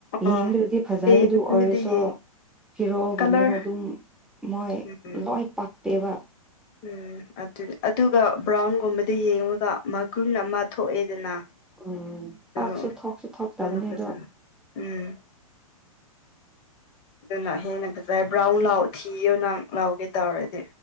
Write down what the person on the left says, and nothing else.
ꯑꯥ
ꯄꯤꯡꯕꯨꯗꯤ
ꯌꯦꯡ
ꯀꯂꯔ
ꯎꯝ
ꯎꯝ ꯑꯗꯨꯅꯤ ꯑꯗꯨꯒ ꯕ꯭ꯔꯥꯎꯟꯒꯨꯝꯕꯗ ꯌꯦꯡꯉꯒ ꯃꯒꯨꯟ ꯑꯃ ꯊꯣꯛꯑꯦꯗꯅ
ꯑꯗꯨ
ꯑꯗꯨꯅ ꯐꯖꯅ
ꯎꯝ ꯑꯗꯨꯅ ꯍꯦꯟꯅ ꯐꯖꯩ ꯕ꯭ꯔꯥꯎꯟ ꯂꯥꯎ ꯊꯤꯌꯣ ꯅꯪ ꯂꯥꯎꯒꯦ ꯇꯧꯔꯗꯤ